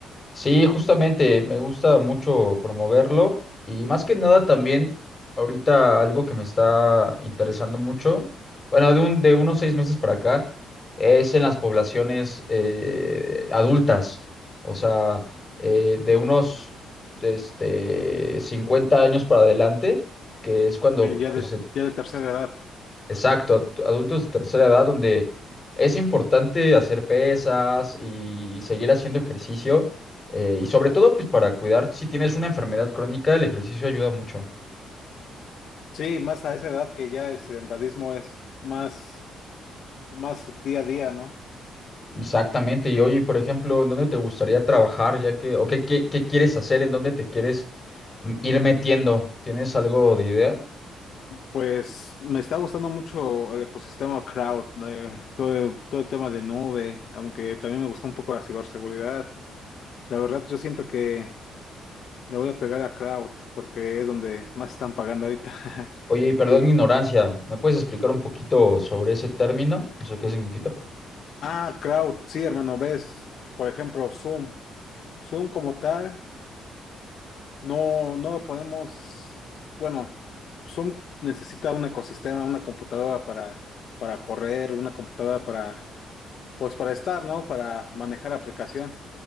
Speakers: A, on the left (about 25°); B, on the left (about 60°).
A: Sí, justamente, me gusta mucho promoverlo y más que nada también ahorita algo que me está interesando mucho, bueno, de, un- de unos seis meses para acá, es en las poblaciones eh, adultas, o sea, eh, de unos este, 50 años para adelante, que es cuando
B: eh, ya
A: pues,
B: de, Exacto.
A: se
B: ya de tercera edad.
A: Exacto, ad- adultos de tercera edad donde es importante hacer pesas y seguir haciendo ejercicio eh, y sobre todo pues para cuidar, si tienes una enfermedad crónica, el ejercicio ayuda mucho.
B: Sí, más a esa edad que ya el sedentarismo es más, más día a día, ¿no?
A: Exactamente, y oye, por ejemplo, ¿en dónde te gustaría trabajar ya que, o qué, qué, qué quieres hacer, en dónde te quieres mm, ir metiendo? ¿Tienes algo de idea?
B: Pues me está gustando mucho el ecosistema cloud, eh, todo, el- todo el tema de nube, aunque también me gustó un poco la ciberseguridad. La verdad, yo siento que le voy a pegar a cloud porque es donde más están pagando ahorita. <laughs>
A: Oye, y perdón
B: Y,
A: mi ignorancia, ¿me puedes explicar un poquito sobre ese término? O sea, ¿qué significa?
B: ah, cloud, sí, hermano, ves, por ejemplo, Zoom. Zoom como tal. No, no podemos. Bueno, Zoom necesita un ecosistema, una computadora para, para correr, una computadora para, pues para estar, ¿no? Para manejar aplicación.